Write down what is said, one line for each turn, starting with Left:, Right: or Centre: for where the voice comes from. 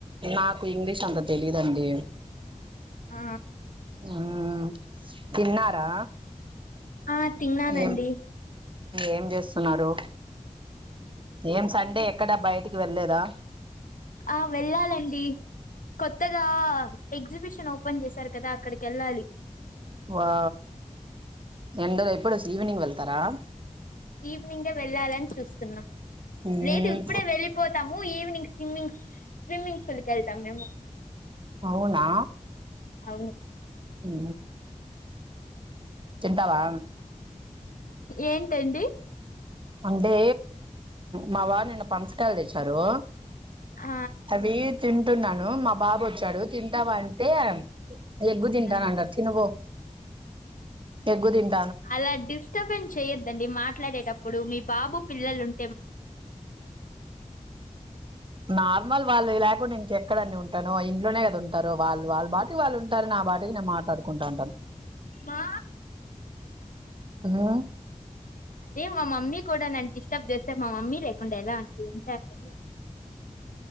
Right: నాకు ఇంగ్లీష్ అంత తెలీదండి
Left: ఆ
Right: ఉమ్ తిన్నారా
Left: ఆ తిన్నానండి
Right: ఏం ఏం చేస్తున్నారు ఏం సండే ఎక్కడా బయటికి వెళ్లేదు అదా
Left: ఆ వెళ్ళాలండి కొత్తగా ఎగ్జిబిషన్ ఓపెన్ చేశారు కదా అక్కడికి వెళ్ళాలి
Right: వా ఎండ ఎప్పుడు వ ఈవినింగ్ వెళ్తారా
Left: ఈవినింగే వెళ్ళాలని చూస్తున్నాం
Right: మ్మ్
Left: లేదు ఇప్పుడే వెళ్ళిపోతాము ఈవనింగ్ స్విమ్మింగ్ స్విమ్మింగ్ ఫుల్ క వెళ్తాం మేము
Right: అవునా
Left: అవును
Right: ఊ చింతవా
Left: ఏన్టండు
Right: అంటే మా వారు నిన్న పనసకాయలు తెచ్చారు
Left: ఆ
Right: అవి తింటున్నాను మా బాబు వచ్చాడు తింటావా అంటే ఎగ్గు తింటాన
Left: ఆ
Right: అంటారు తినువో ఎగ్గు దింపో
Left: అలా డిస్టర్బెన్స్ చేయొద్దండి మాట్లాడేటప్పుడు మీ బాబు పిల్లలు ఉం
Right: నార్మల్ వాళ్ళు లేకుండా ఇంకెక్కడ అన్ని ఉంటాను ఇంట్లోనే కద ఉంటారు వాళ్ళు వాళ్ళ పాటికి వాళ్ళు ఉంటారు నా పాటికి నేను మాట్లాడుకుంటా ఉంటాను.
Left: మా
Right: కొన్నవా
Left: అదే మా మమ్మి కూడా నన్ను డిస్టర్బ్ చేస్తు స్తే మా మమ్మీ లేకుండా ఎలా అండి ఉంటాండి.